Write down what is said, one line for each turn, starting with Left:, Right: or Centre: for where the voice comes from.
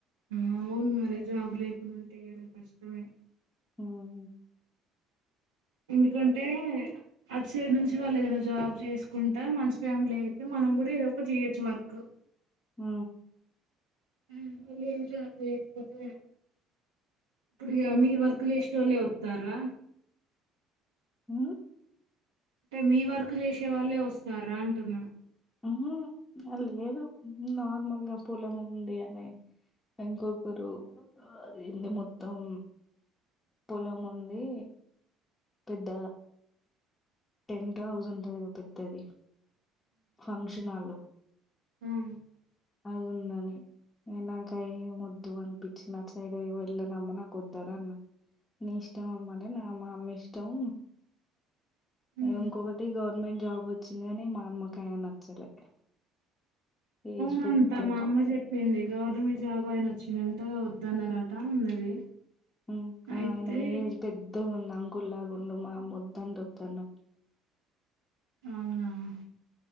Right: అవును మరి జాబ్ లేకునుంటే ఏదైనా కష్టమే
Left: ఉమ్
Right: ఎందుకంటే అట్ సైడ్ నుంచి వాళ్ళు ఏదైనా జాబ్ చేసుకుంటా మంచి ఫ్యామిలీ అయితే మనం గుడా ఏదో ఒకటి చేయొచ్చు వర్క్
Left: హ
Right: ఉ వాళ్ళు ఎమ్ జాబ్ చేయకపోతే ఇప్పుడు ఏమి వర్క్ చేస్టోళ్లే వస్తారా
Left: ఊ
Right: అంటే మీ వర్క్ చేసే వాళ్ళే వస్తారా అంటున్నా
Left: ఉహు లేదు నార్మల్గా పొలం ఉంది అనే ఇంకొకరు అది ఏంది మొత్తం పొలం ఉంది పెద్ద టెంట్ హౌస్ ఉంటది పెద్దది ఫంక్షనాలో
Right: ఉమ్
Left: అది ఉందని నాక అవి వద్దు అనిపించి నా సైడ్ వెళ్ళనమ్మా నాకు వద్దనీ అన్నా నీ ఇష్టం అమ్మ అంటే నా మా అమ్మ ఇష్టం
Right: ఉమ్.
Left: ఇంకొకటి గవర్నమెంట్ జాబ్ వచ్చిందనే మా అమ్మకు యనా నచ్చలే ఏజ్
Right: అంత
Left: పెద్దగా
Right: మా అమ్మ చెప్ పెళ్లి గవర్నమెంట్ జాబ్ ఆయన వచ్చిందంట వద్దన్నారట అన్నది
Left: హు్మ్
Right: అయితే
Left: ఆయన ఏజ్ పెద్దగా ఉంది అంకుల్ లాగా ఉండు మా అమ్మ వదన్చెప్తా ఉంది నాక్
Right: అవునా